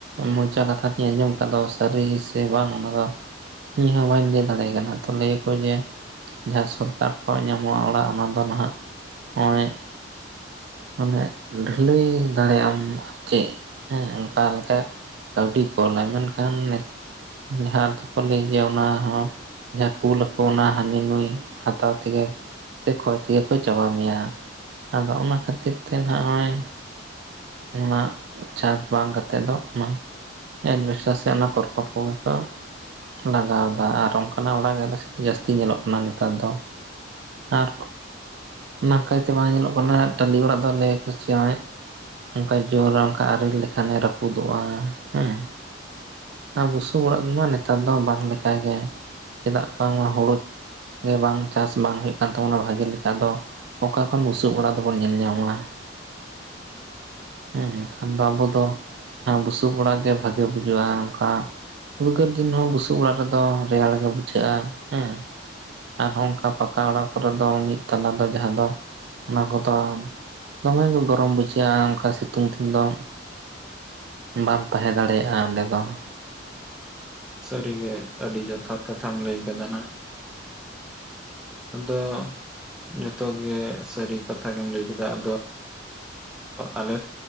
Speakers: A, on the right; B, in the centre.
A: ᱢᱚᱪᱟ ᱠᱟᱛᱷᱟ ᱛᱤᱧ ᱟᱸᱡᱚᱢ ᱟᱠᱟᱫ ᱫᱚ ᱥᱟᱹᱨᱤ ᱥᱮ ᱵᱟᱝ ᱚᱱᱟ ᱫᱚ ᱼᱼ ᱤᱧ ᱦᱚᱸ ᱵᱟᱹᱧ ᱞᱟᱹᱭ ᱫᱟᱲᱮᱭᱟᱜ ᱠᱟᱱᱟ ᱛᱚ ᱞᱟᱹᱭ ᱟᱠᱚ ᱡᱮ ᱡᱟᱦᱟᱸ ᱥᱚᱨᱠᱟᱨ ᱼᱼ ᱧᱟᱢᱚᱜᱼᱟ ᱚᱲᱟᱜ ᱚᱱᱟ ᱫᱚ ᱱᱟᱦᱟᱜ ᱱᱚᱜᱼᱚᱭ ᱼᱼ ᱢᱟᱱᱮ ᱰᱷᱟᱹᱞᱟᱹᱭ ᱫᱟᱲᱮᱭᱟᱜ ᱟᱢ ᱟᱨ ᱪᱮᱫ ᱦᱮᱸ ᱚᱱᱠᱟ ᱞᱮᱠᱟ ᱼᱼ ᱠᱟᱹᱣᱰᱤ ᱠᱳᱞᱟᱭ ᱢᱮᱱᱠᱷᱟᱱ ᱼᱼ ᱡᱟᱦᱟᱸ ᱫᱚ ᱠᱚ ᱞᱟᱹᱭ ᱡᱮ ᱚᱱᱟ ᱦᱚᱸ ᱡᱟᱦᱟᱸ ᱠᱩᱞ ᱟᱠᱚ ᱚᱱᱟ ᱦᱟᱹᱱᱤ ᱱᱩᱭ ᱦᱟᱛᱟᱣ ᱼᱼ ᱛᱮᱜᱮ ᱥᱮ ᱠᱷᱚᱭ ᱛᱮᱜᱮ ᱠᱚ ᱪᱟᱵᱟ ᱢᱮᱭᱟ ᱟᱫᱚ ᱚᱱᱟ ᱠᱷᱟᱹᱛᱤᱨ ᱛᱮ ᱱᱟᱜᱼᱚᱭ ᱼᱼ ᱡᱟᱦᱟ ᱪᱟᱥ ᱵᱟᱝ ᱠᱟᱛᱮᱫ ᱫᱚ ᱚᱱᱟ ᱼᱼ ᱮᱰᱵᱮᱥᱴᱟᱨ ᱥᱮ ᱚᱱᱟ ᱠᱚᱨᱠᱚᱴ ᱠᱚᱦᱚ ᱠᱚ ᱼᱼ ᱞᱟᱜᱟᱣ ᱫᱟ ᱟᱨ ᱚᱱᱠᱟᱱᱟᱜ ᱚᱲᱟᱜ ᱜᱮ ᱟᱞᱮ ᱥᱮᱱ ᱫᱚ ᱡᱟᱹᱥᱛᱤ ᱧᱮᱞᱚᱜ ᱠᱟᱱᱟ ᱱᱮᱛᱟᱨ ᱫᱚ ᱾ ᱟᱨ ᱚᱱᱟ ᱠᱟᱭᱛᱮ ᱵᱟᱝ ᱧᱮᱞᱚᱜ ᱠᱟᱱᱟ ᱴᱟᱹᱞᱤ ᱚᱲᱟᱜ ᱞᱟᱹᱭ ᱟᱠᱚ ᱪᱮ ᱱᱚᱜᱼᱚᱭ ᱼᱼ ᱚᱱᱠᱟᱭ ᱡᱚᱨ ᱚᱱᱠᱟ ᱟᱨᱮᱞ ᱞᱮᱠᱷᱟᱱᱮ ᱨᱟᱹᱯᱩᱫᱚᱜᱼᱟ ᱦᱮᱸ ᱾ ᱚᱱᱟ ᱵᱩᱥᱩᱵ ᱚᱲᱟᱜ ᱢᱟ ᱱᱮᱛᱟᱨ ᱫᱚ ᱵᱟᱝ ᱞᱮᱠᱟ ᱜᱮ ᱪᱮᱫᱟᱜ ᱵᱟᱝᱢᱟ ᱦᱩᱲᱳ ᱼᱼ ᱜᱮ ᱵᱟᱝ ᱪᱟᱥ ᱵᱟᱝ ᱦᱩᱭᱩᱜ ᱠᱟᱱ ᱛᱟᱵᱚᱱᱟ ᱵᱷᱟᱜᱮ ᱞᱮᱠᱟ ᱫᱚ ᱚᱠᱟ ᱠᱷᱚᱱ ᱵᱩᱥᱩᱵ ᱚᱲᱟᱜ ᱫᱚᱵᱚᱱ ᱧᱮᱞ ᱧᱟᱢᱟ ᱾ ᱦᱮᱸ ᱮᱱᱠᱷᱟᱱ ᱫᱚ ᱟᱵᱚ ᱫᱚ ᱵᱩᱥᱩᱵ ᱚᱲᱟᱜ ᱜᱮ ᱵᱷᱟᱜᱮ ᱵᱩᱡᱷᱩᱜᱼᱟ ᱚᱱᱠᱟ ᱼᱼ ᱩᱫᱽᱜᱟᱹᱨ ᱫᱤᱱ ᱦᱚᱸ ᱵᱩᱥᱩᱵ ᱚᱲᱟᱜ ᱨᱮᱫᱚ ᱨᱮᱭᱟᱲ ᱜᱮ ᱵᱩᱡᱷᱟᱹᱜᱼᱟ ᱦᱮᱸ ᱾ ᱟᱨ ᱱᱚᱝᱠᱟ ᱯᱟᱠᱟ ᱚᱲᱟᱜ ᱠᱚᱨᱮ ᱫᱚ ᱢᱤᱫ ᱛᱟᱞᱟ ᱫᱚ ᱡᱟᱦᱟᱸ ᱫᱚ ᱚᱱᱟ ᱠᱚᱫᱚ ᱼᱼ ᱫᱚᱢᱮ ᱜᱮ ᱜᱚᱨᱚᱢ ᱵᱩᱡᱷᱟᱹᱜᱼᱟ ᱚᱱᱠᱟ ᱥᱤᱛᱩᱝ ᱫᱤᱱ ᱫᱚ ᱾ ᱵᱟᱢ ᱛᱟᱦᱮᱸ ᱫᱟᱲᱮᱭᱟᱜᱼᱟ ᱚᱸᱰᱮ ᱫᱚ ᱾
B: ᱥᱟᱹᱨᱤᱜᱮ ᱟᱹᱰᱤ ᱡᱚᱛᱷᱟᱛ ᱠᱟᱛᱷᱟᱢ ᱞᱟᱹᱭ ᱟᱠᱟᱫᱟ ᱱᱟᱜ ᱾ ᱟᱫᱚ ᱡᱚᱛᱚ ᱜᱮ ᱥᱟᱹᱨᱤ ᱠᱟᱛᱷᱟ ᱜᱮᱢ ᱞᱟᱹᱭ ᱠᱮᱫᱟ ᱟᱫᱚᱼᱼ ᱟᱞᱮ